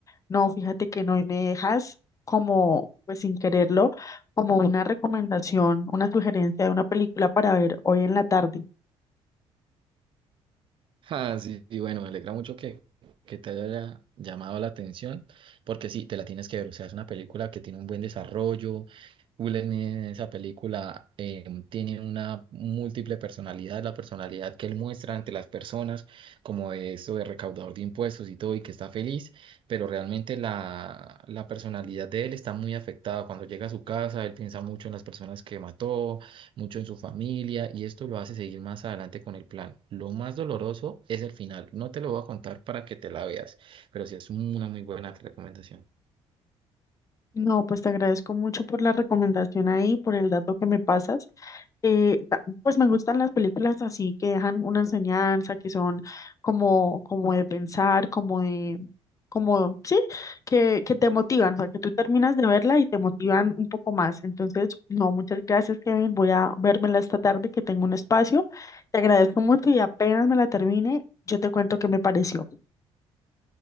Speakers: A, on the left; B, on the right.
A: no, fíjate que no, y me dejas como, pues sin quererlo, como una recomendación, una sugerencia de una película para ver hoy en la tarde.
B: Ah, sí, y bueno, me alegra mucho que, que te haya llamado la atención, porque sí, te la tienes que ver. O sea, es una película que tiene un buen desarrollo. Will en esa película eh, tiene una múltiple personalidad, la personalidad que él muestra ante las personas, como de eso de recaudador de impuestos y todo, y que está feliz, pero realmente la, la personalidad de él está muy afectada. Cuando llega a su casa, él piensa mucho en las personas que mató, mucho en su familia y esto lo hace seguir más adelante con el plan. Lo más doloroso es el final. No te lo voy a contar para que te la veas, pero sí es una muy buena recomendación.
A: No, pues te agradezco mucho por la recomendación ahí, por el dato que me pasas. eh, ta- pues me gustan las películas así que dejan una enseñanza, que son como, como de pensar, como de, como, sí, que, que te motivan, o sea, que tú terminas de verla y te motivan un poco más. Entonces, no, muchas gracias, Kevin. Voy a vérmela esta tarde que tengo un espacio. Te agradezco mucho y apenas me la termine, yo te cuento qué me pareció.